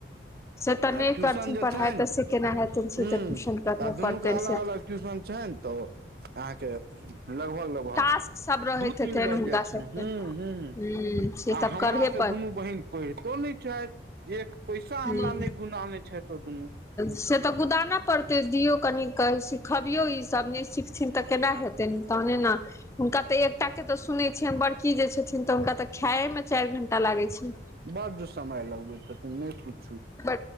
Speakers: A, on the left; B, on the right.
A: से तऽ नहि
B: आ ट्यूशन
A: करथिन
B: जे
A: पढ़ाइ
B: छनि
A: तऽ से केना हेतनि से
B: हूँ
A: तऽ ट्यूशन करहे
B: तऽ दुनू
A: पड़तनि
B: के अलग
A: से
B: अलग। ट्यूशन छनि तऽ अहाँ के लगभग ल।
A: टास्क सब रहैत
B: दु तीन
A: हेतनि
B: बाज
A: हुनका
B: जाइ छनि
A: सबके
B: हूँ हूँ
A: ह से सब
B: आ हमरा
A: करहे
B: से
A: पर
B: दुनू बहिन। पढ़ितो नहि छथि एक पैसा
A: ह
B: हमरा नहि गुदानै छथि ओ दुनू।
A: से तऽ गुदानऽ पड़तै दियौ कनि कऽ सिखबियौ ईसभ नहि सिखथिन। तऽ केना हेतैन तहने ने। हुनका तऽ एकटा के तऽ सुने छियनि बड़की जे छथिन तऽ हुनका तऽ खायए में चारि घंटा लागे छै।
B: बड समय लगबै छथिन नहि पुछू।
A: ब